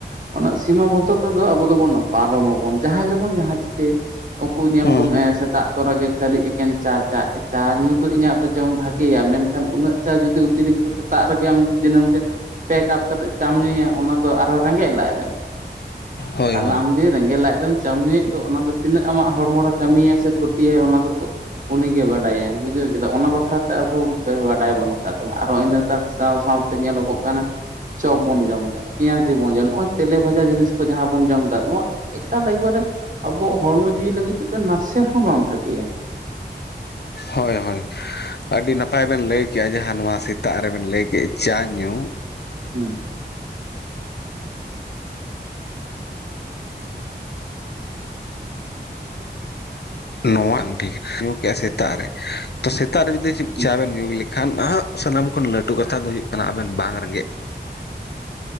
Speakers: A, on the right; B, on the left.
A: ᱚᱱᱟ ᱥᱤᱢᱟ ᱵᱚᱫᱽᱫᱷᱚ ᱫᱚ ᱟᱵᱚ ᱫᱚᱵᱚᱱ ᱯᱟᱨᱚᱢᱟᱵᱚᱱ ᱡᱟᱦᱟᱸ ᱜᱮᱵᱚᱱ ᱡᱟᱦᱟᱸ ᱪᱤᱠᱟᱹᱭ ᱩᱱᱠᱩ ᱧᱮᱞ
B: ᱦᱩᱸ
A: ᱠᱚᱢ ᱥᱮᱛᱟᱜ ᱛᱚᱨᱟᱜᱮ ᱠᱷᱟᱹᱞᱤ ᱮᱠᱮᱱ ᱪᱟ ᱪᱟ ᱾ ᱪᱟ ᱧᱩ ᱫᱚ ᱤᱧᱟᱹᱜ ᱡᱚᱢ ᱵᱷᱟᱜᱮᱭᱟ ᱢᱮᱱᱠᱷᱟᱱ ᱩᱱᱟᱹᱜ ᱪᱟ ᱡᱩᱫᱤ ᱚᱛᱤᱨᱤᱠᱛᱚ ᱥᱮᱛᱟᱜ ᱨᱮᱜᱮ ᱟᱢ ᱫᱤᱱᱟᱹᱢ ᱫᱤᱱ ᱯᱮ ᱠᱟᱯ ᱠᱟᱛᱮ ᱪᱟᱢ ᱧᱩᱭᱟ ᱚᱱᱟ ᱫᱚ ᱟᱨᱦᱚᱸ ᱨᱮᱸᱜᱮᱡ ᱞᱟᱡ ᱨᱮᱢ
B: ᱦᱳᱭ
A: ᱛᱟᱦᱚᱞᱮ
B: ᱦᱳᱭ
A: ᱟᱢ ᱡᱮ ᱨᱮᱸᱜᱮᱡ ᱞᱟᱡ ᱨᱮᱢ ᱪᱟᱢ ᱧᱩᱭᱮᱫ ᱫᱚ ᱚᱱᱟ ᱫᱚ ᱛᱤᱱᱟᱹᱜ ᱟᱢᱟᱜ ᱦᱚᱲᱢᱚ ᱨᱮ ᱠᱟᱹᱢᱤᱭᱟᱭ ᱥᱮ ᱠᱷᱚᱛᱤᱭᱟᱭ ᱚᱱᱟ ᱫᱚ ᱠᱚ ᱩᱱᱤᱜᱮ ᱵᱟᱰᱟᱭᱟᱭ ᱵᱩᱡᱷᱟᱹᱣ ᱠᱮᱫᱟ ᱚᱱᱟ ᱵᱟᱠᱷᱨᱟᱛᱮ ᱟᱵᱚ ᱵᱟᱰᱟᱭ ᱵᱟᱹᱱᱩᱜ ᱠᱟᱫ ᱛᱚ ᱟᱨᱷᱚᱸ ᱤᱱᱟᱹ ᱛᱟᱠ ᱥᱟᱶ ᱥᱟᱶᱛᱮ ᱧᱮᱞᱚᱜᱚᱜ ᱠᱟᱱᱟ ᱪᱚᱯ ᱵᱚᱱ ᱡᱚᱢ ᱫᱟ ᱯᱮᱸᱭᱟᱡ ᱜᱮ ᱡᱮᱢᱚᱱ ᱾ ᱱᱚᱜᱼᱚᱭ ᱛᱮᱞᱮ ᱵᱷᱟᱡᱟ ᱡᱤᱱᱤᱥ ᱠᱚ ᱡᱟᱦᱟᱸ ᱵᱚᱱ ᱡᱚᱢ ᱫᱟ ᱱᱚᱣᱟ ᱮᱠᱟᱞ ᱮᱠᱵᱟᱨᱮ ᱟᱵᱚᱣᱟᱜ ᱦᱚᱲᱢᱚ ᱡᱤᱣᱤ ᱞᱟᱹᱜᱤᱫ ᱛᱮᱫᱚ ᱱᱟᱥᱮ ᱦᱚᱸ ᱵᱟᱝ ᱵᱷᱟᱜᱮ ᱭᱟ
B: ᱦᱳᱭ ᱦᱳᱭ ᱟᱹᱰᱤ ᱱᱟᱯᱟᱭ ᱵᱮᱱ ᱞᱟᱹᱭ ᱠᱮᱜᱼᱟ ᱡᱟᱦᱟᱸ ᱱᱚᱣᱟ ᱥᱮᱛᱟᱜ ᱨᱮᱵᱮᱱ ᱞᱟᱹᱭ ᱠᱮᱫᱼᱟ ᱪᱟ ᱧᱩ
A: ᱦᱩᱸ
B: ᱱᱚᱣᱟ ᱴᱷᱤᱠ ᱧᱩ ᱠᱮᱜᱼᱟ ᱥᱮᱛᱟᱜ ᱨᱮ ᱾ ᱛᱚ ᱥᱮᱛᱟᱜ ᱨᱮ ᱡᱩᱫᱤ
A: ᱦᱩᱸ
B: ᱪᱟᱵᱮᱱ ᱧᱩ ᱞᱮᱠᱷᱟᱱ ᱠᱷᱟᱱ ᱱᱟᱦᱟᱜ ᱥᱟᱱᱟᱢ ᱠᱷᱚᱱ ᱞᱟᱹᱴᱩ ᱠᱟᱛᱷᱟ ᱫᱚ ᱦᱩᱭᱩᱜ ᱠᱟᱱᱟ ᱟᱵᱮᱱ ᱵᱟᱝ ᱨᱮᱸᱜᱮᱡ